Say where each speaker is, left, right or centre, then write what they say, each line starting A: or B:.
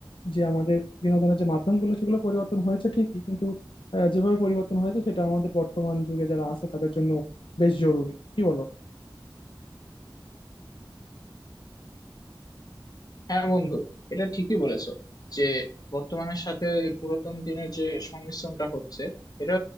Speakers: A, on the left (about 75°); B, on the left (about 50°).
A: যে আমাদের বিনোদনের যে মাধ্যমগুলো সেগুলো পরিবর্তন হয়েছে ঠিকই কিন্তু আহ, যেভাবে পরিবর্তন হয়েছে সেটা আমাদের বর্তমান যুগে যারা আছে তাদের জন্য বেশ জরুরি কি বলো
B: হ্যাঁ বন্ধু এটা ঠিকই বলেছো যে বর্তমানের সাথে এই পুরাতন দিনের যে সংমিশ্রণটা হচ্ছে এটা